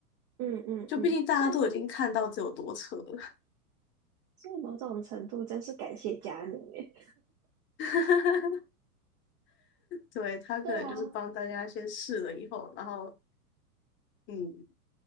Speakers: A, on the right; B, on the left.
A: 嗯嗯嗯，
B: 就毕竟大家都已经看到这有多扯了，
A: 所以所以某种程度真是感谢佳宁诶。
B: <laughs> 对，他可能就是帮大家先试了以后，
A: 对啊，
B: 然后嗯，